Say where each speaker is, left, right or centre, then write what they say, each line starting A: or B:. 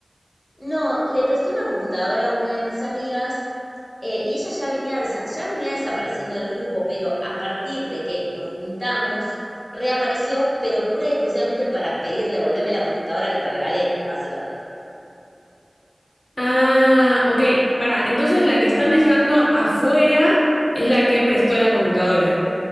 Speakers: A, on the left; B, on the left.
A: No, le prestó una computadora a una de mis amigas eh, y ella ya venía, desa- ya venía desapareciendo del grupo, pero a partir de que nos juntamos, reapareció, pero pura y exclusivamente para pedir devolverme la computadora que te regalé, básicamente.
B: Ah, ok. Pará, entonces la que están dejando afuera es la que prestó la computadora.